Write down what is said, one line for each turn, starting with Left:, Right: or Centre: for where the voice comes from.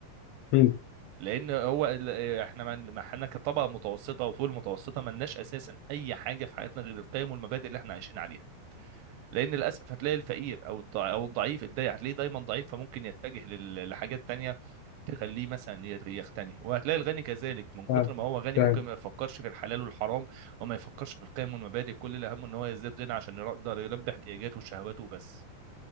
Left: مم.
Right: لان هو ال- آه، احنا ما ما احنا كطبقه متوسطه وفوق المتوسطه ما لناش اساسا اي حاجه في حياتنا غير القيم والمبادئ اللي احنا عايشين عليها لان للاسف هتلاقي الفقير او الضع- او الضعيف الداي هتلاقيه دايما ضعيف فممكن يتجه لل- لحاجات تانية تخليه مثلا ي- يغتني وهتلاقي الغني كذلك من كتر
Left: فاهم.
Right: ما هو غني
Left: فاهم.
Right: ممكن ما يفكرش في الحلال والحرام وما يفكرش في القيم والمبادئ كل اللي همه ان هو يزداد غنى عشان يقدر يلبي احتياجاته وشهواته وبس